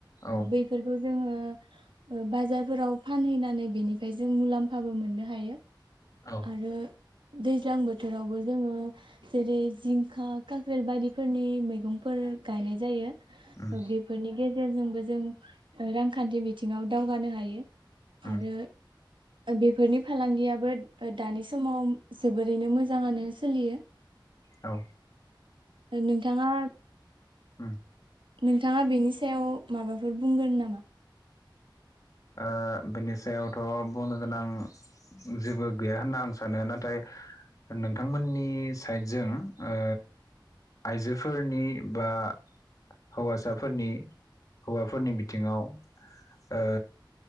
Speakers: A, on the left; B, on the right.
A: औ
B: बैफोरखौ जोंङो ओ बाजारफोराव फानहैनानै बेनिफ्राय जों मुलाम्फाबो मोननो हायो।
A: औ
B: आरो दैज्लां बोथोरावबो जोंङो जेरै जिंखा काक्रेल बायदिफोरनि मैगंफोर गायनाय जायो।
A: उम
B: बेफोरनि गेजेरजोंबो जों रांखान्थि बिथिङाव दावगानो हायो
A: उम
B: आरो बेफोरनि फालांगियाबो दानि समाव जोबोरैनो मोजाङानो सोलियो
A: औ
B: नोंथाङा
A: उम
B: नोंथाङा बेनि सायाव माबाफोर बुंगोन नामा?
A: ओ बेनि सायावथ बुंनो गोनां जेबो गैया होनना आं सानो नाथाय नोंथांमोननि साइडजों ओ आइजोफोरनि बा हौवासाफोरनि हौवाफोरनि बिथिङाव ओ